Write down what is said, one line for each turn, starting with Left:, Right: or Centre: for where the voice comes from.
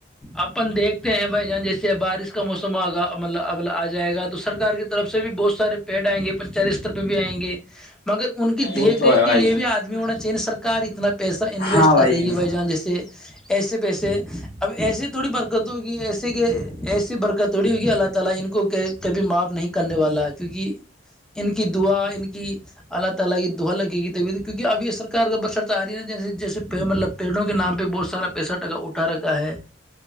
Centre: اپن دیکھتے ہیں بھائی جان جیسے بارش موسم آگا مطلب آ جائے گ تو سرار کی طرف سے بھی بہت سارے پیڈ آئیں گے پنچات استر پہ بھی آئیں گے مگر ان کی
Left: وہ
Centre: دیکھ
Left: تو
Centre: ریکھ
Left: ہے بھائی
Centre: کے لیے بھی آدمی ہونا چاہیے سرک اتنا پیسہ انویسٹ
Left: ہاں بھائی
Centre: کر رہی ہے بھ جان جیسے <unintelligible> پیڑوں کے نام پہ بہت سارا پیسہ ٹکا اٹھا رکھا ہے